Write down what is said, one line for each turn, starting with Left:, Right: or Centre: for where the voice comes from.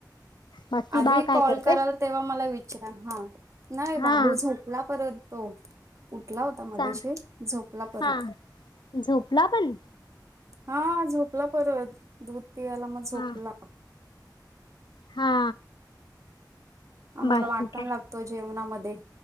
Left: बाकी
Right: आधी
Left: बाळ काय
Right: कॉल
Left: करतय?
Right: कराल तेव्हा मला विचारा हा, नाही
Left: हा
Right: बाबू झोपला परत तो. उठला होता मगशी
Left: चा
Right: झोपला परत.
Left: हा झोपला पण
Right: हा झोपला परत दूध पियला म झोपला.
Left: हा हा.
Right: आम्हाला
Left: बाकी
Right: वाटण
Left: काय
Right: लागत जेवणामध्ये,